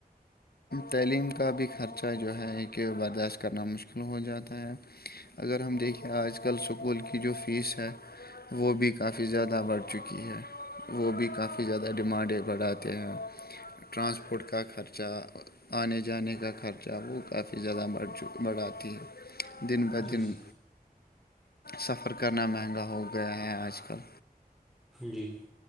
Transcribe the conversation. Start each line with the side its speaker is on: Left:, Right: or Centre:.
Left: تعلیم کا بھی خرچہ جو ہے کہ برداشت کرنا مشکل ہو جاتا ہے اگر ہم دیکھیں آج کل اسکول کی جو فیس ہے وہ بھی کافی زیادہ بڑھ چکی ہے وہ بھی کافی زیادہ ڈیمانڈیں بڑھاتے ہیں ٹرانسپورٹ کا خرچہ آنے جانے کا خرچہ وہ کافی زیادہ بڑھ چ بڑھاتی ہے دن بہدن
Centre: جی جی
Left: سفر کرنا مہنگا ہو گیا ہے آج کل
Centre: جی